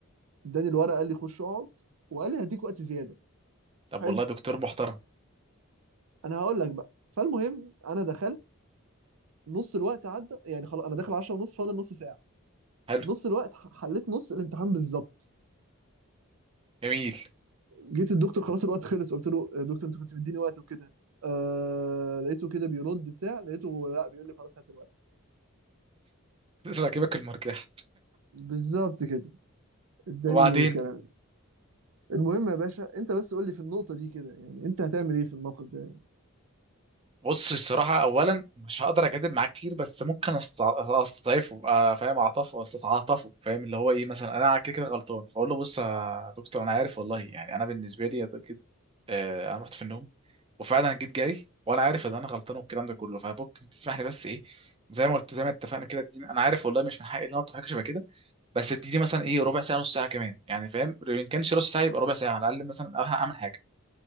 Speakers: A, on the right; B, on the right.
A: اداني الورقه قال لي خش اقعد وقال لي هديك وقت زياده
B: طب
A: حلو
B: والله دكتور محترم
A: انا هقول لك بقى فالمهم انا دخلت نص الوقت عدى يعني خلاص انا داخل 10 ونص فاضل نص ساعه
B: حلو
A: نص الوقت ح- حليت نص الامتحان بالظبط
B: جميل
A: جيت الدكتور خلاص الوقت خلص قلت له يا دكتور انت كنت مديني وقت وكده آه لقيته كده بيرد بتاع لقيته لا بيقول لي خلاص هات الورق
B: <laughs> راكبك المرجح
A: بالظبط كده اداني
B: وبعدين
A: كلام المهم يا باشا انت بس قول لي في النقطة دي كده يعني انت هتعمل ايه في الموقف ده يعني
B: بص الصراحة أولا مش هقدر أجادل معاه كتير بس ممكن أست- أستضعفه أبقى فاهم أعطفه أستعطفه فاهم اللي هو إيه مثلا أنا كده كده غلطان فأقول له بص يا دكتور أنا عارف والله يعني أنا بالنسبة لي أكيد آه، أنا رحت في النوم وفعلا جيت جاي وأنا عارف إن أنا غلطان والكلام ده كله فممكن تسمح لي بس إيه زي ما قلت زي ما اتفقنا كده تديني أنا عارف والله مش من حقي إن أنا أطلب حاجة شبه كده بس اديني مثلا إيه ربع ساعة نص ساعة كمان يعني فاهم إن كانش نص ساعة يبقى ربع ساعة على الأقل مثلا أروح أعمل حاجة